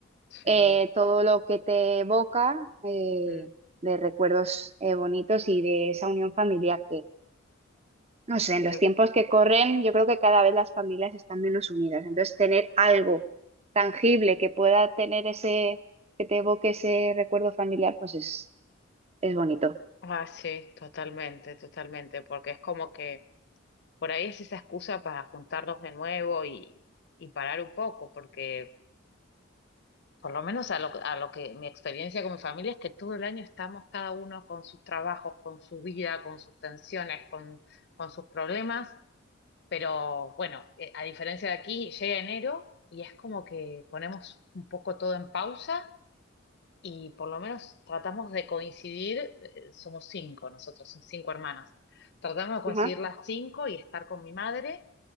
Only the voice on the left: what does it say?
sí,
mm,
claro.
Ah, sí, totalmente, totalmente, porque es como que por ahí es esa excusa para juntarnos de nuevo y, y parar un poco, porque por lo menos a lo, a lo que mi experiencia con mi familia es que todo el año estamos cada uno con sus trabajos, con su vida, con sus tensiones, con, con sus problemas, Pero bueno, eh, a diferencia de aquí, llega enero y es como que ponemos un poco todo en pausa y por lo menos tratamos de coincidir, eh, somos cinco nosotros, son cinco hermanas, tratamos de coincidir
las cinco y estar con mi madre